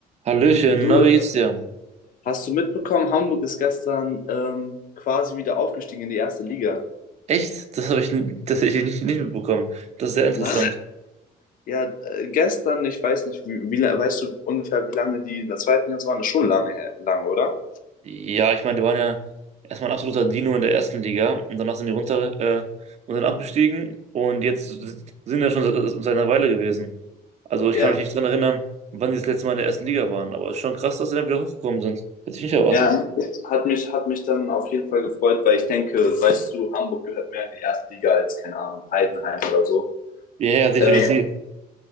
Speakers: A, on the right; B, on the left.
A: Hallöchen,
B: Du,
A: na, wie geht's dir?
B: hast du mitbekommen, Hamburg ist gestern ähm, quasi wieder aufgestiegen in die erste Liga.
A: Echt? Das habe ich n- tatsächlich nicht, nicht mitbekommen. Das ist sehr interessant.
B: Nein? Ja, äh, gestern, ich weiß nicht, wie, wie, la- weißt du ungefähr, wie lange die in der zweiten jetzt waren? Das ist schon lange, her- lange, oder?
A: Ja, ich meine, die waren ja erstmal ein absoluter Dino in der ersten Liga und danach sind die runter äh, und dann abgestiegen und jetzt sind ja schon seit, seit einer Weile gewesen. Also ich
B: Ja,
A: kann mich nicht dran erinnern, wann die das letzte Mal in der ersten Liga waren, aber es ist schon krass, dass sie dann wieder hochgekommen sind. Hätte ich nicht erwartet.
B: ja, hat mich, hat mich dann auf jeden Fall gefreut, weil ich denke, weißt du, Hamburg gehört mehr in die erste Liga als, keine Ahnung, Heidenheim oder so.
A: Ja, ja, definitiv.
B: Ähm,